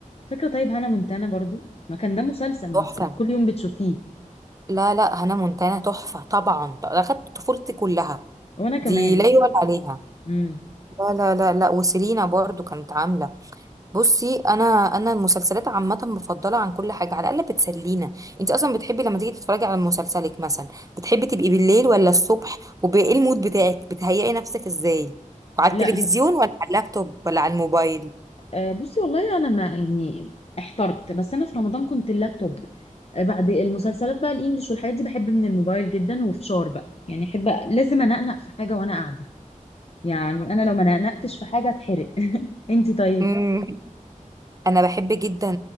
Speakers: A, on the left; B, on the right.
A: فاكرة طيب هانا مونتانا برضو ما كان ده مسلسل ما
B: تحفة
A: انت كنت كل يوم بتشوفيه
B: لا لا هنا مونتانا تحفة طبعا ده اخدت طفولتي كلها
A: وانا كمان
B: دي لا
A: وكان-
B: يعلى عليها
A: امم
B: لا لا لا لا وسيلينا برضو كانت عاملة بصي انا انا المسلسلات عامه بفضلها عن كل حاجه على الاقل بتسلينا انت اصلا بتحبي لما تيجي تتفرجي على مسلسلك مثلا بتحبي تبقي بالليل ولا الصبح وايه المود بتاعك بتهيئي نفسك ازاي على
A: لا
B: التلفزيون
A: م-
B: ولا على اللابتوب ولا على الموبايل
A: آه، بصي والله انا ما يعني احترت بس انا في رمضان كنت اللابتوب آه، بعد المسلسلات بقى الانجليش والحاجات دي بحب من الموبايل جدا وفشار بقى يعني احب لازم انقنق في حاجة وانا قاعدة يعني انا لو ما نقنقتش في حاجة اتحرق <laughs> انت طيب
B: اه انا بحب جدا